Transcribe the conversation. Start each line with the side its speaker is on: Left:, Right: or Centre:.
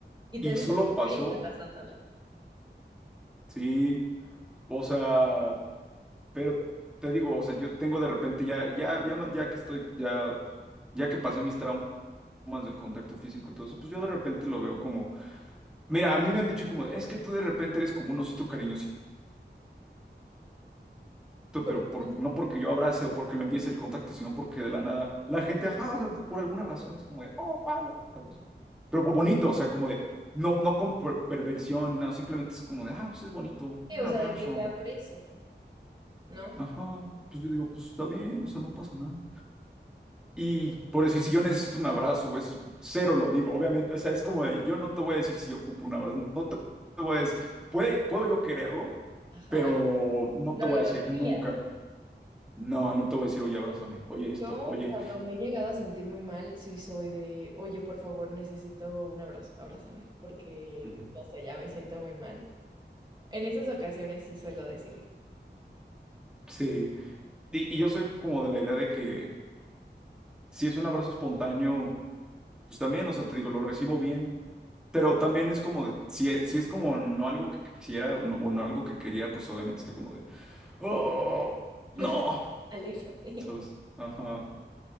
Right: y
Centre: Y
Right: te sentiste
Centre: solo pasó,
Right: bien abrazándola,
Centre: sí, o sea, pero te digo, o sea, yo tengo de repente ya, ya, ya, ma- ya que estoy, ya, ya que pasé mis traumas del contacto físico y todo eso, pues yo de repente lo veo como, mira, a mí me han dicho como, es que tú de repente eres como un osito cariñosito,
Right: porque,
Centre: pero por, no porque yo abrace o porque lo empiece el contacto, sino porque de la nada, la gente, ajá, o sea, por alguna razón es como de, oh, Pablo, ¿sabes? Pero bo- bonito, o sea, como de, no, no con per- perversión ni nada, simplemente es como de, ah, pues es bonito, un
Right: o
Centre: abrazo.
Right: sea, de que te aprecian, ¿no?
Centre: Ajá, pues yo digo, pues está bien, o sea, no pasa nada. Y por decir, si yo necesito un abrazo o eso, cero lo digo, obviamente, o sea, es como de, yo no te voy a decir si yo ocupo un abrazo, no te te voy a decir, puede, puedo yo quererlo,
Right: Ajá,
Centre: pero no
Right: no
Centre: te voy
Right: lo
Centre: a decir
Right: diría.
Centre: nunca, no, no te voy a decir, oye, abrázame, oye esto,
Right: Yo
Centre: oye,
Right: cuando me he llegado a sentir muy mal, sí soy de, oye, por favor, necesito un abrazo, abrázame, porque,
Centre: Ujú.
Right: no sé, ya me siento muy mal. En esas ocasiones sí suelo decirlo.
Centre: sí. Y, y yo soy como de la idea de que si es un abrazo espontáneo, pues también, o sea, te digo, lo recibo bien. Pero también es como de, si, e- si es como no algo que quisiera o no, o no algo que quería, pues obviamente estoy como de, Oh,
Right: <laughs>
Centre: no,
Right: Aléjate.
Centre: ¿sabes? Ajá.